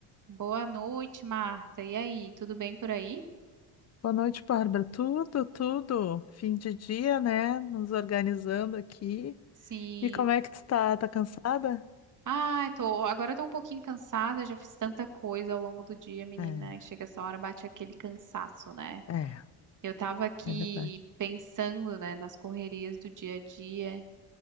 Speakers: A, on the right; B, on the left.
A: Boa noite, Marta. E aí, tudo bem por aí?
B: Boa noite, Bárbara. Tudo, tudo. Fim de dia, né? Nos organizando aqui.
A: Sim.
B: E como é que tu tá? Tá cansada?
A: Ai, tô, agora eu tô um pouquinho cansada, já fiz tanta coisa ao longo do dia, menina.
B: É,
A: E chega essa hora, bate aquele cansaço, né?
B: é,
A: Eu tava aqui
B: é verdade.
A: pensando, né, nas correrias do dia a dia